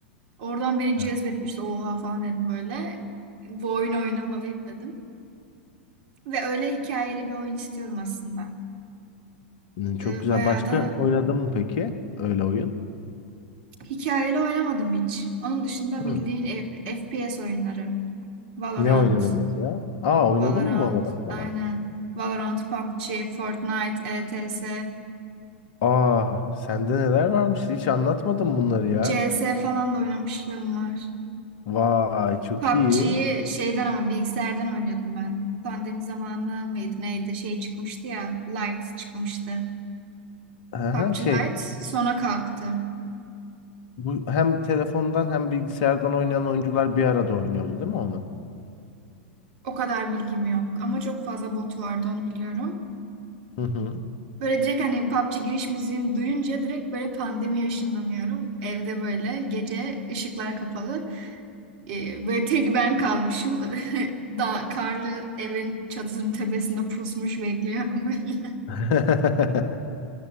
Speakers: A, on the right; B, on the left.
A: Oradan beni
B: evet.
A: cezbetmişti. Oha falan dedim böyle. Bu oyunu oynamalıyım dedim. Ve öyle hikayeli bir oyun istiyordum aslında.
B: Hı,
A: Ee,
B: Çok güzel.
A: bayağı
B: Başka
A: da
B: oynadın mı peki? Öyle oyun.
A: hikayeli oynamadım hiç. Onun dışında
B: Hı.
A: bildiğin F- FPS oyunları. Valorant.
B: Ne oynadın mesela? Aa oynadın
A: Valorant.
B: mı Valorant falan?
A: Aynen. Valorant, PUBG, Fortnite, ETS,
B: Aa sende neler varmış? Hiç anlatmadın bunları ya.
A: CS falan da oynamışlığım var.
B: Vay çok
A: PUBG'yi
B: iyi.
A: şeyden ama bilgisayardan oynuyordum ben. Pandemi zamanı mıydı neydi şey çıkmıştı ya. Light çıkmıştı.
B: Aha,
A: PUBG
B: şey
A: Lite sonra kalktı.
B: bu hem telefondan hem bilgisayardan oynayan oyuncular bir arada oynuyordu değil mi onu?
A: O kadar bilgim yok. Ama çok fazla botu vardı onu biliyorum.
B: Hı hı.
A: Böyle direkt hani PUBG giriş müziğini duyunca direkt böyle pandemiye ışınlanıyorum. Evde böyle gece ışıklar kapalı. Ee, böyle tek ben kalmışım. <laughs> Dağ, karlı evin çatısının tepesinde pusmuş bekliyorum böyle.
B: <laughs>